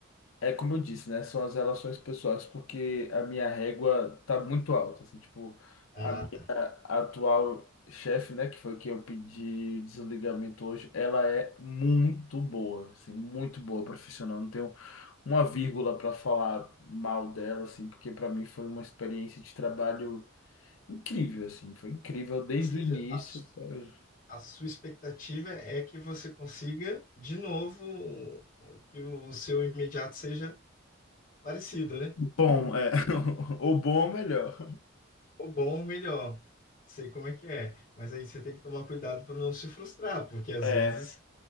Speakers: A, on the left (about 90°); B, on the left (about 40°).
A: é como eu disse, né? São as relações pessoais, porque a minha régua tá muito alta, assim, tipo,
B: Ah,
A: a minha
B: tá.
A: atual chefe, né, que foi quem eu pedi o desligamento hoje, ela é muito boa, assim, muito boa profissional. Não tenho uma vírgula para falar mal dela, assim, porque para mim foi uma experiência de trabalho incrível, assim, foi incrível desde
B: Ou seja,
A: o início
B: a, su-
A: até hoje.
B: a sua expectativa é que você consiga, de novo, que o seu imediato seja parecido, né?
A: Bom, é. <laughs> Ou bom melhor.
B: O bom, o melhor. Sei como é que é. Mas aí você tem que tomar cuidado para não se frustrar, porque às
A: É.
B: vezes,